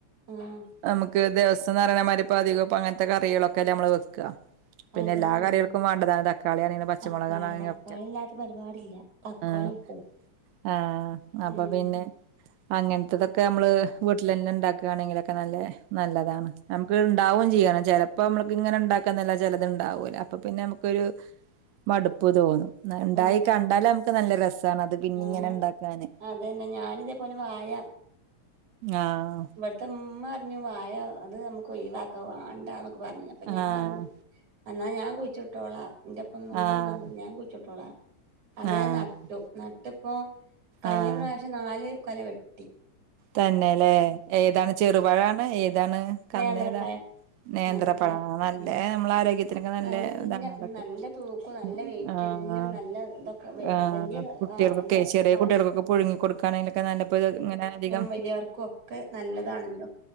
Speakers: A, on the right; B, on the right.
A: ആഹ്
B: ന്നമുക്ക് ദിവസംന്ന്പറീണമാതിരി പധികം ഇപ്പങ്ങൻത്തെ കറികളൊക്കെല്ലെ ന്നമ്മള് വെക്ക. പിന്നെ
A: അതെ
B: എല്ലാകറികൾക്കും
A: ആഹ്
B: വാണ്ടതാണ് തക്കാളി ആണേലും പച്ചുമൊളകാണെലും
A: തക്കാളി തക്കാളി
B: റ്റ
A: ഇല്ലാത്ത പരിപാടില്ല തക്കാളി
B: ആഹ്
A: ഉപ്പും
B: ആഹ് അപ്പപിന്നെ
A: ഉം
B: അങ്ങൻത്തതൊക്കെ ഞമ്മള് വീട്ടിലെന്നെ ഇണ്ടാക്കാണെങ്കിലൊക്കെ ന്നല്ലെ ന്നല്ലെതാണ്. ഞമക്ക് ഇണ്ടാവും ചെയ്യണം. ചെലപ്പോ ഞമ്മൾക്ക് ഇണ്ടാക്കന്നെല്ല ചെലെത്ണ്ടാവൂല അപ്പൊ പിന്നെ ഞമ്മക്കൊരു മടുപ്പ്തോന്നും. ന്നാഇണ്ടായി
A: ആഹ്
B: കണ്ടാലമ്മക്ക്
A: ആഹ്
B: ന്നല്ലെ രസ താണ് അത് പിന്നിങ്ങനെ
A: ആഹ്
B: ഇണ്ടാക്കാന്.
A: അതന്നെ ഞാനിതേപോലെ വായ
B: ആഹ്
A: ത്തമ്മ പറ്ഞ്ഞു വായ അത് ഞമ്മക്ക് ഒഴിവാക്കാ വാണ്ടാന്നൊക്കെ പറ്ഞ്ഞീനു. അപ്പഞാൻ
B: ആഹ്
A: പറ്ഞ്ഞു. എന്നാഞാൻ കുഴിച്ചിട്ടോളാ ഇന്റൊപ്പം ന്നിന്നന്നാമതി
B: ആഹ്
A: ഞാൻ കുഴ്ച്ചിട്ടോളാ. അങ്ങനെ
B: ആഹ്
A: നട്ടു. നട്ട്പ്പോ കഴിഞ്ഞ
B: ആഹ്
A: പ്രാവിശ്യം നാല് കൊലവെട്ടി.
B: തന്നെലേ ഏതാണ് ചെറുപഴാണ് ഏതാണ് കന്ന്
A: നേന്ത്രപ്പഴം
B: ഏതാ? ന്നേന്ത്രപ്പയോ
A: നേന്ത്രപ്പഴം
B: ന്നല്ലെ
A: ഉം
B: ഞമ്മളെ ആരോഗ്യത്തിനൊക്കെ ന്നല്ലെ
A: നല്ല
B: ഇതാണ് അതൊക്കെ.
A: ഉം, നല്ല തൂക്കും നല്ല
B: ഉം
A: വെയിറ്റ്
B: ആഹ്,
A: എല്ലാം
B: ആഹ്,
A: നല്ല ഇതൊക്കെ വെ-
B: ആഹ്
A: വലിയ
B: കുട്ട് കുട്ട്യേൾകൊക്കെ
A: ആഹ് നല്ല
B: ചെറ്യേ കുട്ട്യേൾക്കൊക്കെ പുഴുങ്ങി കൊടുക്കാണെങ്കിലൊക്കെ ന്നല്ലെപ്പ ഇങ്ങനെ അധികം
A: വല്യവർക്കൊക്കെ ന്നല്ലതാണല്ലോ?